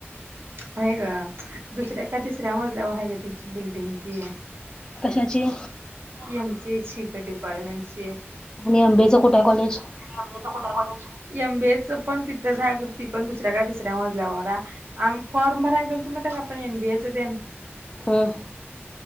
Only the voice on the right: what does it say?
नाही ग दुसऱ्या काय तिसऱ्या मजल्यावर आहे ग तिची बिल्डिंग ती
एम सीए डिपार्टमेट
यच कुठ्याकॉडे <unintelligible> एमबीए च पण तिथं झा ती पण दुसऱ्या का तिसऱ्या मजल्या वगैर फॉर्म भराय गेल तु मग का आपण एमबीएचं तेन